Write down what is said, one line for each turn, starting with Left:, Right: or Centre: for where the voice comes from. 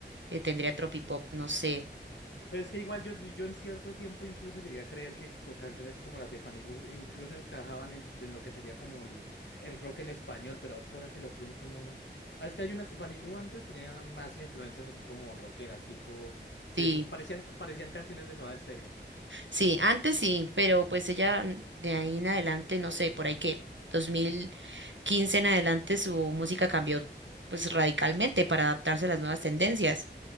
Right: Eh, tendría tropipop, no sé.
Left: Pues es que igual yo, yo en cierto tiempo incluso llegué a creer que co- canciones como las de Fanny Lu incluso encajaban en, en lo que sería como el, el rock en español, pero es que ahora que lo pienso no... Ah, es que hay unas... Fanny Lu antes tenía más influencias así como rockeras, tipo... de-
Right: Sí,
Left: parecían, parecían canciones de Soda Stereo.
Right: sí, antes sí, pero pues ella mm, de ahí en adelante, no sé, por ahí que dos mil quince en adelante su música cambió pues radicalmente para adaptarse a las nuevas tendencias.